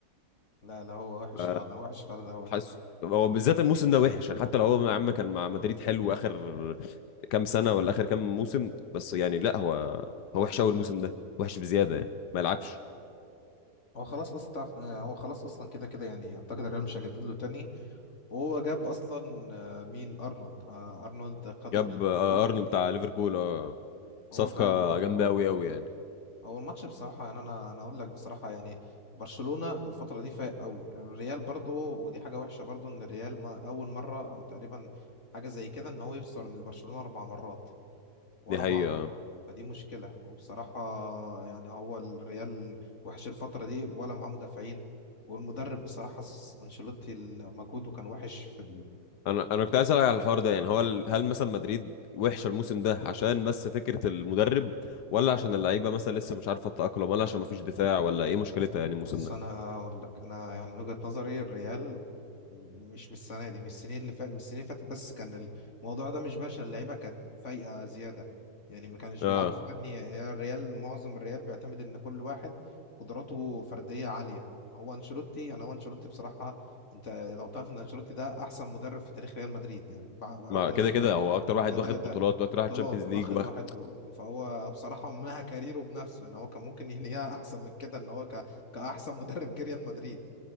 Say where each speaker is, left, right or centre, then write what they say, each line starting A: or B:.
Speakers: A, on the left; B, on the left.
A: لا لا هو وحش
B: ف-
A: فعلا وحش فعلا قوي
B: حاسس هو بالذات الموسم ده وحش يعني حتى لو هو يا عم كان مع مدريد حلو اخر كام سنه ولا اخر كام موسم بس يعني لا هو هو وحش قوي الموسم ده وحش بزياده يعني ما يلعبش
A: هو خلاص اصلا آه، هو خلاص اصلا كده كده يعني اعتقد الريال مش هيجدد له تاني وهو جاب اصلا آه، مين ارنولد آه، ارنولد خده
B: جاب
A: من ليفربول
B: آه، ارنولد بتاع ليفربول اه صفقه
A: هو فعلا برضه
B: جامده قوي قوي يعني
A: هو الماتش بصراحه يعني انا انا اقول لك بصراحه يعني برشلونه الفتره دي فايق قوي الريال برضه ودي حاجه وحشه برضه ان الريال ما اول مره او تقريبا حاجه زي كده ان هو يخسر من برشلونه اربع مرات ورا
B: دي حقيقه
A: بعض فدي مشكلة وبصراحة يعني هو الريال وحش الفترة دي ولا معاه مدافعين والمدرب بصراحة س- أنشيلوتي ال- مجهوده كان وحش في
B: انا انا كنت عايز اسالك على الحوار ده يعني هو ال- هل مثلا مدريد وحشه الموسم ده عشان بس فكره المدرب ولا عشان اللعيبه مثلا لسه مش عارفه تتاقلم ولا عشان مفيش دفاع ولا ايه مشكلتها يعني الموسم
A: بص
B: ده
A: انا هقول لك انا يعني من وجهة نظري الريال مش من السنه دي من السنين اللي فات من السنين اللي فاتت بس كان الموضوع ده مش باشا اللعيبه كانت فايقه زياده يعني ما كانش
B: اه
A: بيلعبوا في فني يعني الريال معظم الريال بيعتمد ان كل واحد قدراته فرديه عاليه هو انشيلوتي يعني هو انشيلوتي بصراحه انت لو تعرف ان انشيلوتي ده احسن مدرب في تاريخ ريال مدريد يعني بع-
B: ما
A: رغم
B: كده كده هو اكتر
A: لا
B: واحد
A: ده
B: واخد
A: ده
B: بطولات واكتر واحد
A: طلعت
B: تشامبيونز
A: واخد
B: ليج واخد
A: واحد ب- فهو بصراحة منها كاريره بنفسه يعني هو كان ممكن ينهيها أحسن من كده إن هو ك... كأحسن مدرب جه ريال مدريد